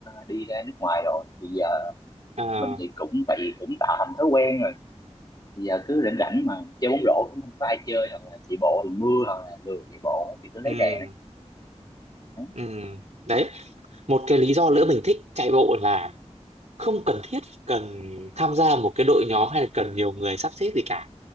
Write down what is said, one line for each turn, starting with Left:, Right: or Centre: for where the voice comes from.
Left: đi ra nước ngoài rồi thì giờ
Right: à,
Left: mình thì cũng tại vì cũng tạo thành thói quen rồi Bây giờ cứ rảnh rảnh mà chơi bóng rổ cũng không có ai chơi hoặc là chạy bộ thì mưa hoặc là lười chạy bộ á, thì cứ lấy
Right: ừ
Left: đèn đấy.
Right: ừ đấy một cái lý do nữa mình thích chạy bộ là không cần thiết cần tham gia một cái đội nhóm hay là cần nhiều người sắp xếp gì cả